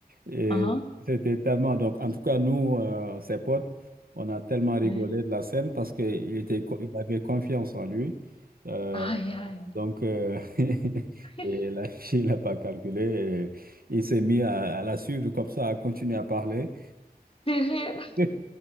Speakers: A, on the right; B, on the left.
A: Et
B: ah,
A: c'était tellement... Donc, en tout cas, nous, euh, ses potes, on a tellement rigolé
B: oui,
A: de la scène parce qu'il était, co- il avait confiance en lui. Euh,
B: aïe, aïe,
A: donc, euh, <laughs>
B: <laughs>
A: et la fille n'a pas calculé. et il s'est mis à, à la suivre comme ça, à continuer à parler.
B: sérieux,
A: <laughs> Et